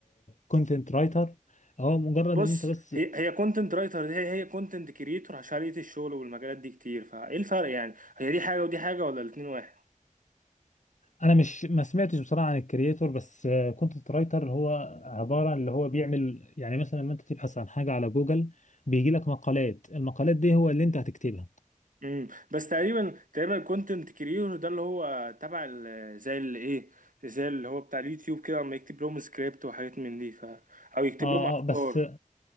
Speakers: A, on the left (about 65°); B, on the right (about 75°).
A: كونتنت رايتر هو مجرد
B: بص
A: ان انت بس
B: هي هي كونتنت رايتر هي هي كونتنت كريتور عشان لقيت الشغل والمجالات دي كتير فايه الفرق يعني هي دي حاجة ودي حاجة ولا الاتنين واحد
A: انا مش ما سمعتش بصراحه عن الكرييتور بس كونتنت رايتر هو عباره عن اللي هو بيعمل يعني مثلا لما انت تبحث عن حاجه على جوجل بيجي لك مقالات المقالات دي هو اللي انت هتكتبها
B: امم بس تقريبا تقريبا الكونتنت كريتور ده اللي هو تبع ال- زي اللي ايه زي اللي هو بتاع اليوتيوب كده اما يكتب لهم سكريبت وحاجات من دي ف او يكتب
A: اه
B: لهم افكار
A: اه بس